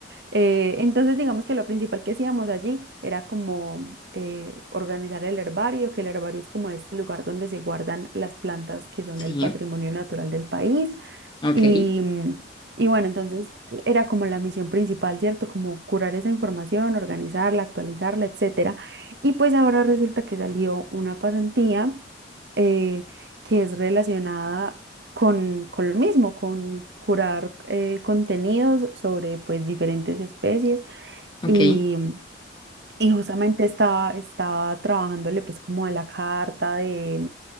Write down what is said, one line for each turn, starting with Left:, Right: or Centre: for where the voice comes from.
Right: Eh, entonces, digamos que lo principal que hacíamos allí era como eh, organizar el herbario, que el herbario es como este lugar donde se guardan las plantas que son
Left: sí,
Right: el patrimonio natural del país.
Left: ok,
Right: Y, mm, y bueno, entonces era como la misión principal, ¿cierto? Como curar esa información, organizarla, actualizarla, etcétera. Y pues ahora resulta que salió una pasantía eh, que es relacionada con, con lo mismo, con curar eh, contenidos sobre pues diferentes especies
Left: ok.
Right: y, y justamente estaba, estaba trabajándole pues como a la carta de,